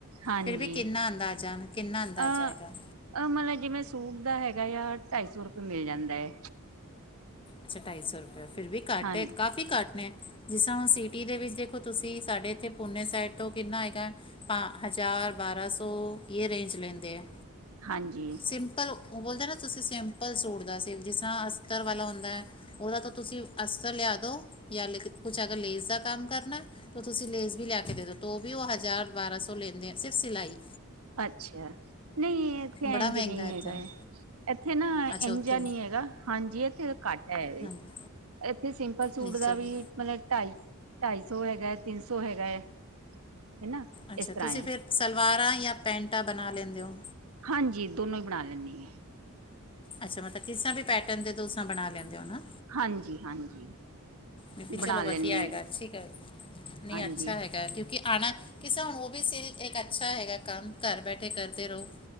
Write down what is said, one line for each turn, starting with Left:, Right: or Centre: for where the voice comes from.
Right: ਹਾਂਜੀ-
Left: ਫਿਰ ਵੀ ਕਿੰਨਾ ਅੰਦਾਜ਼ਾ ਕਿੰਨਾ ਅੰਦਾਜ਼ਾ
Right: ਅਹ
Left: ਹੈਗਾ
Right: ਮਤਲਬ ਜਿਵੇਂ ਸੂਟ ਦਾ ਹੈਗਾ ਹੈਗਾ ਯ ਢਾਈ ਸੌ ਰੁਪਏ ਮਿਲ ਜਾਂਦਾ ਹੈ
Left: ਅੱਛਾ ਢਾਈ ਸੌ ਰੁਪਇਆ ਫਿਰ ਵੀ ਘੱਟ
Right: ਹਾਂ
Left: ਹੈ ਕਾਫੀ ਘੱਟ ਨੇ ਜਿਸ ਤਰ੍ਹਾਂ ਹੁਣ ਸਿਟੀ ਦੇ ਵਿੱਚ ਦੇਖੋ ਤੁਸੀਂ ਸਾਡੇ ਇੱਥੇ ਪੂਨੇ ਸਾਈਡ ਤੋਂ ਕਿੰਨਾ ਹੈਗਾ ਹਜ਼ਾਰ ਚਾਰ ਬਾਰਾਂ ਸੌ ਇਹ ਰੇਂਜ ਲੈਂਦੇ ਆ
Right: ਹਾਂਜੀ
Left: ਸਿੰਪਲ ਉਹ ਬੋਲਦੇ ਨਾ ਤੁਸੀਂ ਸਿੰਪਲ ਸੂਟ ਦਾ ਸੀ ਜਿਸ ਤਰਾ ਅਸਤਰ ਵਾਲਾ ਹੁੰਦਾ ਉਹਦਾ ਤਾਂ ਤੁਸੀਂ ਅਸਤਰ ਲਿਆ ਦੋ, ਜਾਂ ਕੁਛ ਅਗਰ ਲੈਸ ਦਾ ਕੰਮ ਕਰਨਾ ਤਾਂ ਤੁਸੀਂ ਲੇਸ ਲਿਆ ਕੇ ਦੇ ਦੋ ਤੋ ਵੀ ਉਹ ਹਜ਼ਾਰ ਬਾਰਾਂ ਸੌ ਲੈਂਦੇ ਆ ਸਿਰਫ ਸਿਲਾਈ
Right: ਅੱਛਾ ਨਹੀਂ ਇੱਥੇ
Left: ਬੜਾ
Right: ਇੰਜ
Left: ਮਹਿੰਗਾ
Right: ਨਹੀਂ
Left: ਇੱਥੇ
Right: ਹੈਗਾ
Left: ਨੇ
Right: ਹੈ ਇੱਥੇ ਨਾ
Left: ਅੱਛਾ
Right: ਇੰਝ
Left: ਉੱਥੇ
Right: ਨਹੀਂ ਹੈਗਾ ਹਾਂਜੀ ਇੱਥੇ ਘੱਟ ਹੈ
Left: ਹਾਂਜੀ
Right: ਇੱਥੇ ਸਿੰਪਲ ਸੂਟ
Left: ਨਹੀਂ ਚਲੋ
Right: ਦਾ ਵੀ ਮਤਲਬ ਢਾਈ ਢਾਈ ਸੌ ਹੈਗਾ ਹੈ ਤਿੰਨ ਸੌ ਹੈਗਾ ਹੈ ਹਨਾ
Left: ਅੱਛਾ
Right: ਇਸ ਤਰ੍ਹਾਂ
Left: ਤੁਸੀਂ
Right: ਹੈ
Left: ਫਿਰ ਸਲਵਾਰਾਂ ਯਾ ਪੈਂਟਾਂ ਬਣਾ ਲੈਂਦੇ ਹੋ
Right: ਹਾਂਜੀ ਦੋਨੋ ਹੀ ਬਣਾ ਲੈਂਦੀ ਹ
Left: ਅੱਛਾ ਮਤਲਬ ਕਿਸੀ ਵੀ ਪੈਟਰਨ ਦੇ ਤੁਸੀ ਬਣਾ ਲੈਂਦੇ ਹੋ ਨਾ
Right: ਹਾਂਜੀ ਹਾਂਜੀ
Left: ਨਹੀਂ ਚਲੋ
Right: ਬਣਾ
Left: ਵਧੀਆ
Right: ਲੈਂਨੀ
Left: ਹੈਗਾ ਅੱਛੀ ਗੱਲ ਹੈ ਨਹੀਂ
Right: ਹਾਂਜੀ
Left: ਅੱਛਾ ਹੈਗਾ ਹ ਨਾ ਕਿਸੇ ਹੁਣ ਉਹ ਵੀ ਸ ਇੱਕ ਅੱਛਾ ਹੈਗਾ ਕੰਮ ਘਰ ਬੈਠੇ ਕਰਦੇ ਰਹੋ